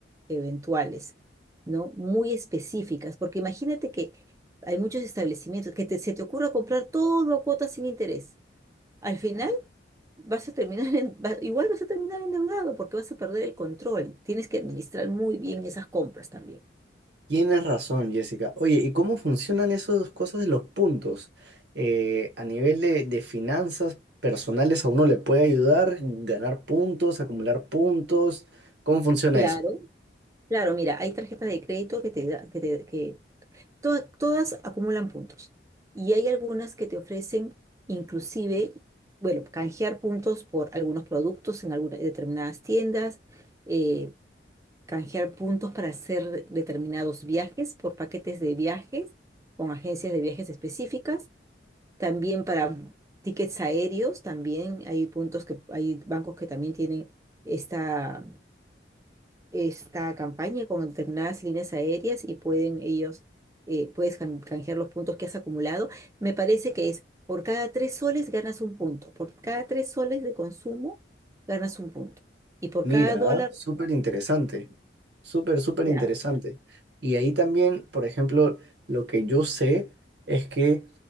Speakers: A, on the right (about 15°); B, on the right (about 70°).
A: eventuales, ¿no? Muy específicas, porque imagínate que hay muchos establecimientos que te- se te ocurra comprar todo a cuotas sin interés. Al final vas a terminar en- va- igual vas a terminar endeudado porque vas a perder el control. Tienes que administrar muy bien esas compras también.
B: Tienes razón, Jessica. Oye, ¿y cómo funcionan esas cosas de los puntos? Eh, a nivel de, de finanzas personales, ¿a uno le puede ayudar ganar puntos, acumular puntos? ¿Cómo funciona
A: Claro.
B: eso?
A: Claro, mira, hay tarjetas de crédito que te da- que te- que to- todas acumulan puntos. Y hay algunas que te ofrecen inclusive, bueno, canjear puntos por algunos productos en algunas determinadas tiendas, eh, canjear puntos para hacer determinados viajes por paquetes de viajes con agencias de viajes específicas. También para tickets aéreos, también hay puntos que hay bancos que también tienen esta, esta campaña con determinadas líneas aéreas y pueden ellos, eh, puedes can- canjear los puntos que has acumulado. Me parece que es por cada tres soles ganas un punto, por cada tres soles de consumo ganas un punto y por
B: Mira,
A: cada dólar.
B: súper interesante, súper, súper
A: Claro,
B: interesante. Y ahí también, por ejemplo, lo que yo sé es que